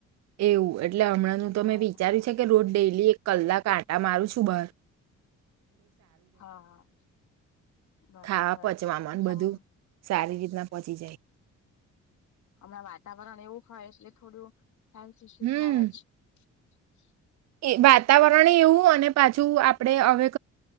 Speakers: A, on the right (about 60°); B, on the left (about 70°).
A: એવું. એટલે હમણાંનું તમે
B: બરાબર
A: વિચાર્યું છે કે, રોડ ડેલી એક કલના આતા મારો છો કેટલા?
B: હા. બરાબર,
A: ખાવા પચવામાં ને
B: હમ.
A: બધું સારી રીતના પહોંચી જાય
B: હમણાં વાતાવરણ એવું હોય એટલે થોડું
A: હમ
B: થાય જ. <unintelligible>
A: એ વાતાવરણ એવું અને પાછું આપડે હવે.